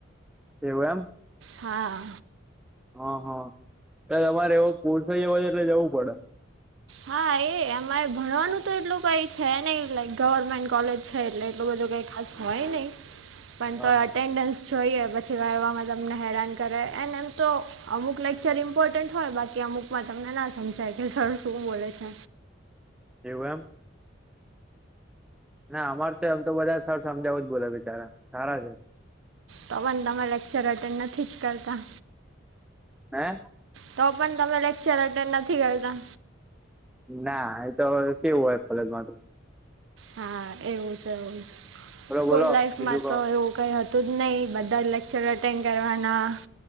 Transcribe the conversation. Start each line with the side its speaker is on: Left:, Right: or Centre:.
Centre: એવું એમ
Right: હા
Centre: હા હા એટલે તમારે એવો સ્કૂલ જવો છે એટલે જવું પડે
Right: હા એ અમારે ભણવાનું તો એટલું કઈ છે નને લક ગવર્મેન્ટ કોલેજ છે એટલે એટલું બધું કઈ ખાસ હોય નહી પણ
Centre: હા
Right: તો
Centre: હા
Right: અટેન્ડન્સ જોઈએ પછી ગવામાં તમને હેરાન કરે એને એમ તો અમુક લેક્ચર ઇમ્પોર્ટન્ટ હોય બાકી અમુક અમુકમાં તમને ના સમજાય કે સર શું બોલે છે
Centre: એવું એમ ના અમાર તો એમ તો બધા સર સમજાવું જ બોલો બિચારા સારા છે
Right: તો પણ તમે લેક્ચર અટેન્ડ નથી જ કરતા
Centre: હે
Right: તો પણ તમે લેક્ચર અટેન્ડ નથી કરતા
Centre: ના એ તો હવે કેવું હોય કોલેજમાંતો
Right: હા એવું જ એવું જ
Centre: બોલો
Right: સ્કૂલ
Centre: બોલો
Right: લાાઈફમાં
Centre: બીજું કો
Right: તો એવું કઈ હતું જ નહી બધા લેક્ચર અટેન્ડ કરવાના